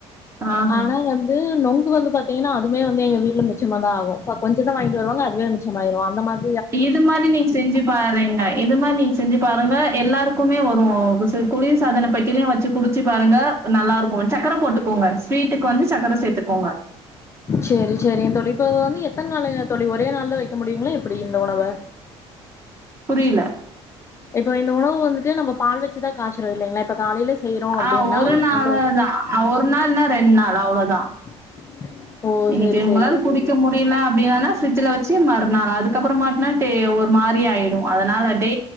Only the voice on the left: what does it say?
ஆனா வந் நொங்கு வந்து பாத்தீங்கன்னா அதுமே வந்து எங்க வீட்ல மிச்சமா தா ஆகும் கொஞ்சோ தா வாங்கிட்டு வருவாங்க அதுவே மிச்சமாயிரு அந்த மாரி
சேரி சேரி தோழி இப்ப வந்து எத்தன நாளயா தோழி ஒரே நாள்ல தா வைக்க முடியுங்களா எப்படி இந்த உணவ
இப்போ இந்த உணவு வந்துட்டு நம்ம பால் வச்சுதா காய்ச்சரது இல்லைங்களா இப்ப காலையில செய்றோ அப்டின்னா
அந்த
<inaudible>
சேரி
சேரிங்க
தோழி